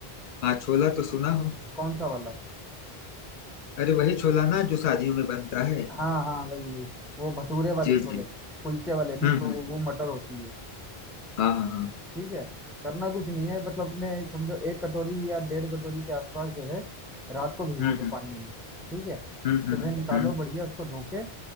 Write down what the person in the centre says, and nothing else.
कौन सा वाला
हाँ हाँ वही वही वो भटूरे वाले
छोले
कुलचे वाले नहीं
तो
वो, वो मटर होती है
ठीक है करना कुछ नहीं है मतलब अपने समझो एक कटोरी या डेढ़ कटोरी के आसपास जो है रात को भिगो
दो
पानी में ठीक है
सुबह
निकालो
बढ़िया उसको धो के